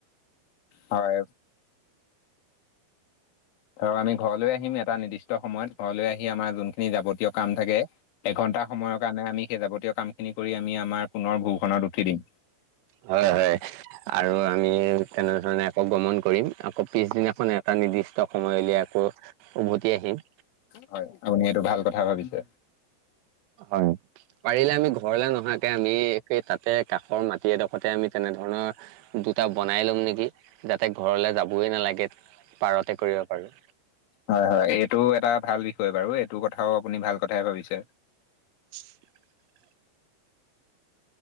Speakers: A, on the left; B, on the right.
A: হয়। ধৰক আমি ঘৰলৈ আহিম এটা নিৰ্দিষ্ট সময়ত ঘৰলৈ আহি আমাৰ যোনখিনি যাৱতীয় কাম থাকে। এঘন্টা সময়ৰ কাৰণে আমি সেই যাৱতীয় কামখিনি কৰি আমি আমাৰ পুনৰ ভূখনত উঠি দিম।
B: হয় হয় আৰু আমি তেনেধৰণে আকৌ গমন কৰিম। আকৌ পিছদিনাখন এটা নিৰ্দিষ্ট সময়লৈ আকৌ উভতি আহিম।
A: হয় আপুনি সেইটো ভাল কথা ভাবিছে।
B: হয়, পাৰিলে আমি ঘৰলে নহাকে আমি সেই তাতে কাষৰ মাটি এড- খতে আমি তেনেধৰণৰ- দুটা বনাই ল'ম নেকি যাতে ঘৰলে যাবই নালাগে পাৰতে কৰিব পাৰো।
A: হয় হয়, এইটো এটা ভাল বিষয় বাৰু এইটো কথাও আপুনি ভাল কথাই ভাবিছে।
B: <unintelligible>